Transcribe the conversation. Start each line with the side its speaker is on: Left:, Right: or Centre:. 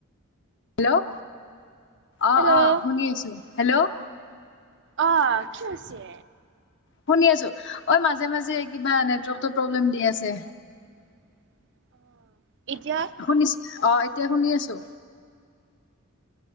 Left: হেল্ল' অ
Right: হেল্ল'
Left: অ শুনি আছো। হেল্ল'
Right: আহ কি হৈছে?
Left: শুনি আছো ঐ মাজে মাজে কিবা নেটৱৰ্কটো প্ৰব্লেম দি আছে।
Right: <inaudible> এতিয়া
Left: শুনিছ অ এতিয়া শুনি আছো।